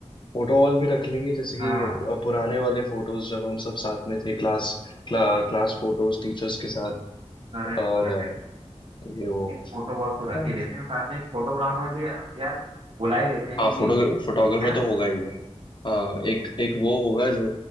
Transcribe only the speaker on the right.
हाँ
करेक्ट।
एक फोटो वॉल तो रख
ही लेते हैं साथ में एक फोटोग्राफर भी यार बुला ही लेते हैं क्योंकि
है ना